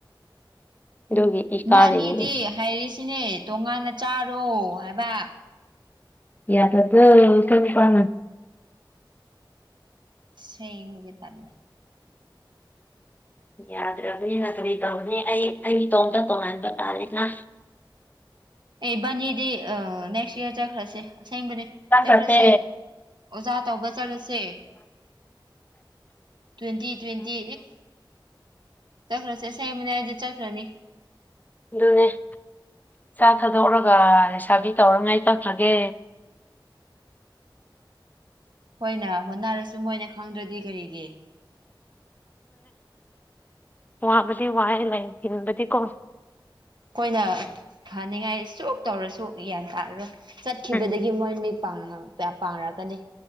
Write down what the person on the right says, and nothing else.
ꯕꯥꯅꯤꯗꯤ
ꯍꯥꯏꯔꯤꯁꯤꯅꯦ ꯇꯣꯉꯥꯟꯅ ꯆꯥꯔ ꯔꯣ ꯍꯥꯏꯕ
ꯁꯡ ꯀꯦ ꯇꯔꯂꯦ
ꯏꯕꯥꯅꯤꯗꯤ ꯅꯦꯛꯁ ꯏꯔ ꯆꯠꯈ꯭ꯔꯁꯦ ꯑꯁꯦꯡꯕꯅꯦ
ꯆꯠꯈ꯭ꯔꯁꯦ
ꯑꯣꯖꯥ ꯇꯧꯕ ꯆꯠꯂꯁꯦ ꯇ꯭ꯋꯦꯟꯇꯤ ꯇ꯭ꯋꯦꯟꯇꯤ ꯆꯠꯈ꯭ꯔꯁꯦ ꯁꯦꯝꯦꯡꯕꯅꯦ ꯑꯩꯗꯤ ꯆꯠꯈ꯭ꯔꯅꯤ
ꯍꯣꯏꯅ ꯍꯣꯠꯅꯔꯁꯨ ꯃꯣꯏꯅ ꯈꯪꯗ꯭ꯔꯗꯤ ꯀꯔꯤꯒꯤ
ꯑꯩꯈꯣꯏꯅ ꯐꯅꯤꯡꯉꯥꯏ ꯁꯣꯛ ꯇꯧꯔꯁꯨ ꯒ꯭ꯌꯥꯟ ꯇꯥꯔꯔꯣꯏ ꯆꯠꯈꯤꯕꯗꯒꯤ
ꯃꯣꯏ ꯄꯥꯡꯅꯔꯛꯀꯅꯤ